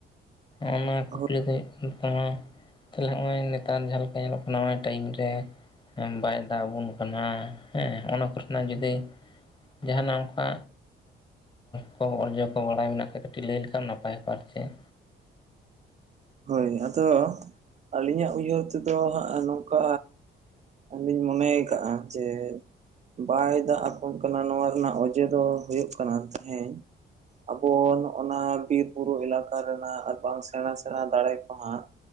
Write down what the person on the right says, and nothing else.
ᱦᱳᱭ
ᱦᱳᱭ ᱟᱫᱚ ᱟᱹᱞᱤᱧᱟᱜ ᱩᱭᱦᱟᱹᱨ ᱛᱮᱫᱚ ᱦᱟᱸᱜ ᱱᱚᱝᱠᱟ ᱟᱹᱞᱤᱧ ᱢᱚᱱᱮᱭ ᱠᱟᱜᱼᱟ ᱡᱮ ᱵᱟᱭ ᱫᱟᱜ ᱟᱠᱚᱢ ᱠᱟᱱᱟ ᱱᱚᱣᱟ ᱨᱮᱱᱟᱜ ᱚᱡᱮ ᱫᱚ ᱦᱩᱭᱩᱜ ᱠᱟᱱᱟ ᱛᱮᱦᱮᱧ ᱟᱵᱚ ᱱᱚᱜᱱᱟ ᱵᱤᱨ ᱵᱩᱨᱩ ᱮᱞᱟᱠᱟ ᱨᱮᱱᱟᱜ ᱟᱨ ᱵᱟᱝᱟᱝ ᱥᱮᱬᱟ ᱥᱮᱬᱟ ᱫᱟᱨᱮ ᱠᱚ ᱦᱟᱸᱜ